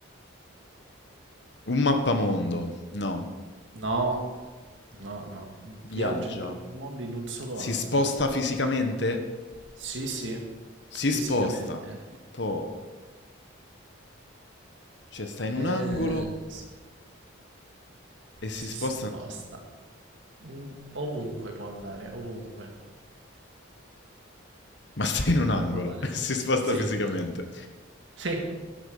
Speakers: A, on the left; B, on the right.
A: Un mappamondo. No.
B: No, no, no.
A: Viaggia.
B: Viaggia in tutto il mondo in un solo
A: Si
B: angolo.
A: sposta fisicamente?
B: Sì, sì,
A: Si
B: fisicamente.
A: sposta. Po. Cioè, sta in un
B: Eh,
A: angolo
B: si,
A: e si
B: si
A: sposta...
B: sposta. Mm, Ovunque può andare, ovunque.
A: Ma sta in un angolo
B: Può andare.
A: e <laughs> si sposta
B: Sì,
A: fisicamente.
B: sì.